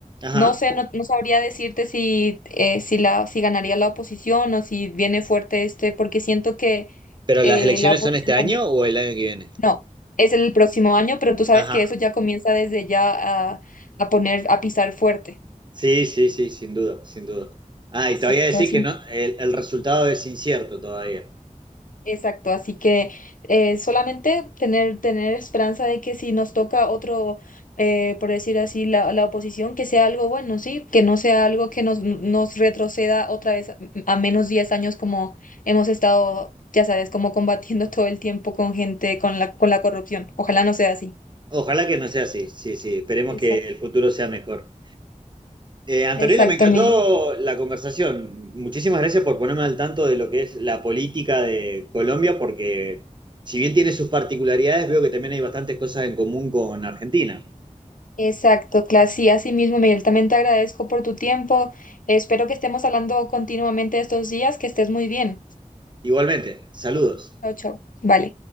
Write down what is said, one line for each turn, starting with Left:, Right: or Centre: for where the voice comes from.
Right: Ajá.
Left: No sé, no, no sabría decirte si, eh, si, la, si ganaría la oposición o si viene fuerte este, porque siento que
Right: ¿Pero las
Left: eh,
Right: elecciones
Left: la oposición
Right: son este año
Left: también.
Right: o el año que viene?
Left: No, es el próximo año, pero tú sabes
Right: Ajá.
Left: que eso ya comienza desde ya a, a poner, a pisar fuerte.
Right: Sí, sí, sí, sin duda, sin duda. Ah, y
Left: Exacto,
Right: te voy a decir
Left: así.
Right: que no, el, el resultado es incierto todavía.
Left: Exacto, así que eh, solamente tener, tener esperanza de que si nos toca otro, eh, por decir así, la, la oposición, que sea algo bueno, ¿sí? Que no sea algo que nos, nos retroceda otra vez a a menos 10 años como hemos estado, ya sabes, como combatiendo <laughs> todo el tiempo con gente, con la, con la corrupción. Ojalá no sea así.
Right: Ojalá que no sea así, sí, sí, esperemos
Left: Exacto.
Right: que el futuro sea mejor. Eh, Antonella,
Left: Exacto,
Right: me encantó
Left: Miguel.
Right: la conversación. Muchísimas gracias por ponerme al tanto de lo que es la política de Colombia, porque si bien tiene sus particularidades, veo que también hay bastantes cosas en común con Argentina.
Left: Exacto, Clas. Sí, así mismo, Miguel. También te agradezco por tu tiempo. Espero que estemos hablando continuamente estos días. Que estés muy bien.
Right: Igualmente, saludos.
Left: Chao, chao. Vale.